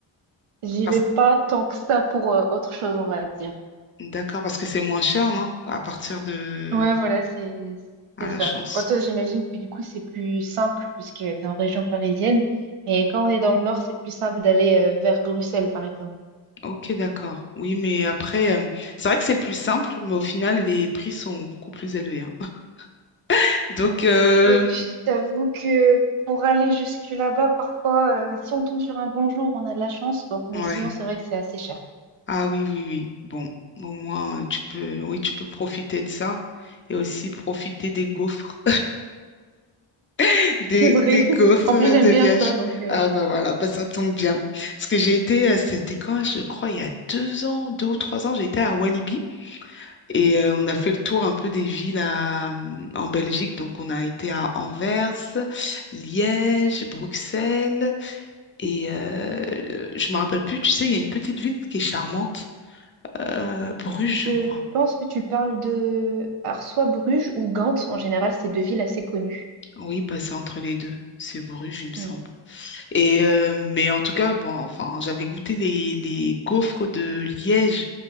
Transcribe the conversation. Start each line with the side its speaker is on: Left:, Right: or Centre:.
Right: j'y
Left: parce...
Right: vais pas tant que ça pour euh, autre chose, on va dire.
Left: d'accord, parce que c'est moins cher, non? À partir de...
Right: Ouais, voilà, c'est
Left: Ah,
Right: c'est
Left: la
Right: ça.
Left: chance.
Right: Bon, toi, j'imagine que du coup, c'est plus simple puisque tu es en région parisienne. Et quand on est dans le nord, c'est plus simple d'aller euh, vers Bruxelles, par exemple.
Left: Ok, d'accord. Oui, mais après, euh, c'est vrai que c'est plus simple, mais au final, les prix sont beaucoup plus élevés. hein. <laughs> Donc, euh,
Right: Oui, je t'avoue que pour aller jusque là-bas, parfois, euh, si on tombe sur un bon jour, on a de la chance. Bon, mais
Left: ouais.
Right: sinon, c'est vrai que c'est assez cher.
Left: Ah oui, oui, oui. Bon, au moins, euh, tu peux, oui, tu peux profiter de ça et aussi profiter des gaufres, <laughs> des,
Right: C'est vrai.
Left: des gaufres
Right: <laughs> En
Left: euh,
Right: plus, j'aime
Left: de Liège.
Right: bien ça, donc. euh,
Left: Ah bah voilà, bah ça tombe bien. Parce que j'ai été, euh, c'était quand, je crois, il y a deux ans, deux ou trois ans, j'ai été à Walibi. Et euh, on a fait le tour un peu des villes à, hum, en Belgique. Donc, on a été à Anvers, Liège, Bruxelles. Et euh, je me rappelle plus, tu sais, il y a une petite ville qui est charmante, euh, Bruges,
Right: Je
Left: je crois.
Right: pense que tu parles de alors soit Bruges ou Gand. En général, c'est deux villes assez connues.
Left: Oui, bah, c'est entre les deux. C'est Bruges, il me semble.
Right: Hmm.
Left: Et, euh, mais en tout cas, bon, enfin, j'avais goûté les, les gaufres de Liège